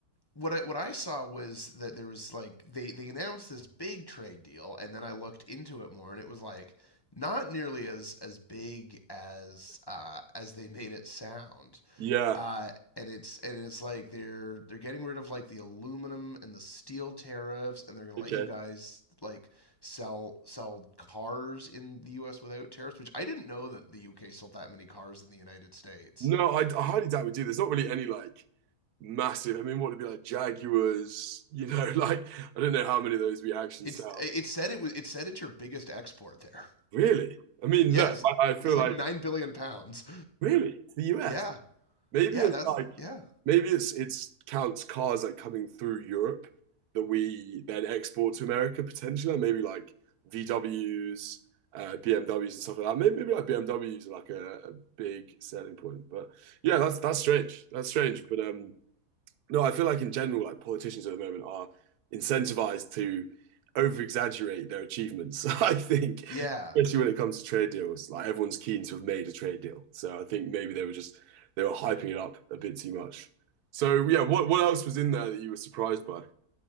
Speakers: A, on the left; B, on the right.
A: what I what I saw was that there was like they they announced this big trade deal, and then I looked into it more, and it was like not nearly as as big as uh, as they made it sound.
B: Yeah,
A: Uh, and it's and it's like they're they're getting rid of like the aluminum and the steel tariffs, and they're gonna
B: okay.
A: let you guys like sell sell cars in the U.S. without tariffs, which I didn't know that the U.K. sold that many cars in the United States.
B: No, I, I highly doubt we do. There's not really any like massive. I mean, what would be like Jaguars? You know, <laughs> like I don't know how many of those we actually
A: It's
B: sell.
A: it said it was it said it's your biggest export there.
B: Really? I mean,
A: Yeah,
B: look,
A: it's,
B: I, I feel
A: it's like
B: like
A: nine billion pounds.
B: really it's the US.
A: Yeah,
B: Maybe
A: yeah,
B: it's
A: that's
B: like
A: yeah,
B: maybe it's it's counts cars like coming through Europe that we then export to America potentially, like, maybe like VWs, uh, BMWs and stuff like that. Maybe, maybe like BMWs are like a, a big selling point. But yeah, that's that's strange. That's strange. But um, no, I feel like in general, like politicians at the moment are incentivized to over exaggerate their achievements. <laughs> I think,
A: yeah.
B: especially when it comes to trade deals, like everyone's keen to have made a trade deal. So I think maybe they were just they were hyping it up a bit too much. So yeah, what what else was in there that you were surprised by?